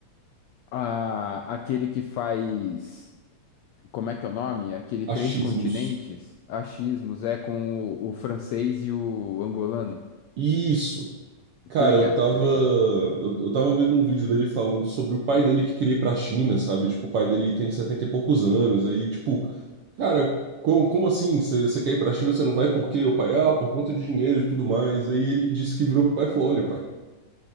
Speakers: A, on the left (about 80°); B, on the right (about 75°).
A: Ah, aquele que faz. Como é que é o nome? Aquele
B: Achismos.
A: Três Continentes, achismos, é com o o francês e o angolano.
B: Isso. Cara,
A: Tô ligado,
B: eu tava,
A: tô ligado.
B: eu,
A: <laughs>
B: eu tava vendo um vídeo dele falando sobre o pai dele que queria ir pra China, sabe? Tipo, o pai dele tem 70 e poucos anos, aí, tipo, cara, como, como assim? Você você quer ir pra China, você não vai por quê? O pai, ah, por conta de dinheiro e tudo mais. Aí ele disse que virou pro pai e falou: Olha, pai,